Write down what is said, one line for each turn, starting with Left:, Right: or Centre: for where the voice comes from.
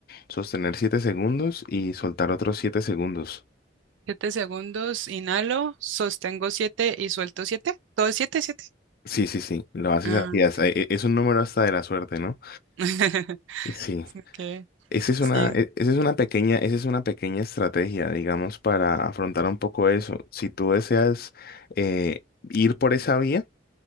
Left: sostener 7 segundos y soltar otros 7 segundos.
Right: Siete segundos, inhalo, sostengo siete y suelto siete. Todo es siete, siete.
Left: Sí, sí, sí, lo haces
Right: Ah,
Left: así.
Right: ok.
Left: as- e- e- Es un número hasta de la suerte, ¿no?
Right: <laughs>
Left: Sí.
Right: Ok,
Left: Esa es
Right: sí.
Left: una, e- esa es una pequeña, esa es una pequeña estrategia, digamos, para afrontar un poco eso. Si tú deseas eh, ir por esa vía